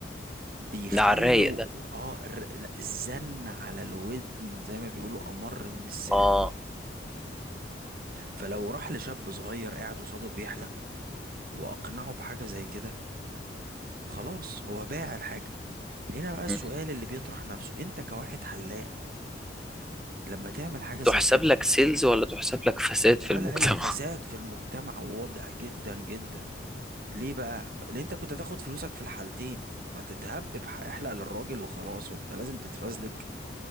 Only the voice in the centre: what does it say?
ده على الرايق ده
اه
م.
تحسب
لك سيلز ولا تحسب لك فساد
في المجتمع